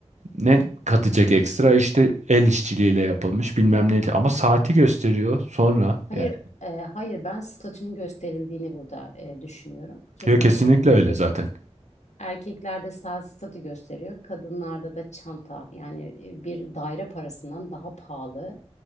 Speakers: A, on the right (about 85°); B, on the left (about 80°).
A: ne katacak ekstra? İşte el işçiliğiyle yapılmış bilmem neydi. Ama saati gösteriyor sonra
B: Hayır,
A: yani.
B: e, hayır ben statünün gösterildiğini burada e, düşünüyorum. Kesinlikle
A: Yok kesinlikle
B: erkek
A: öyle zaten.
B: Erkeklerde saat statü gösteriyor. Kadınlarda da çanta yani e, bir daire parasından daha pahalı